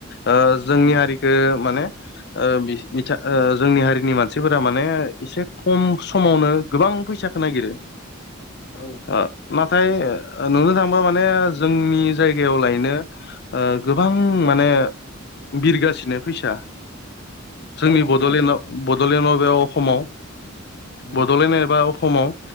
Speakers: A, on the left; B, on the left.
A: ओ जोंनि
B: उम
A: हारिखो माने ओ बि बिथा
B: उम
A: ओ जोंनि हारिनि मानसिफोरा माने इसे कम समावनो गोबां फैसाखौ नागिरो <inaudible>
B: औ
A: ओ नाथाय ओ नुनो थां माने जोंनि जायगायाव लायनो ओ गोबां माने बिरगासिनो फैसा जोंनि
B: औ नंगौ
A: बड'लेण्डआव
B: नोंथां
A: बड'लेण्डआव बे अखम आव
B: उम
A: बड'लेण्ड एबा अखम आव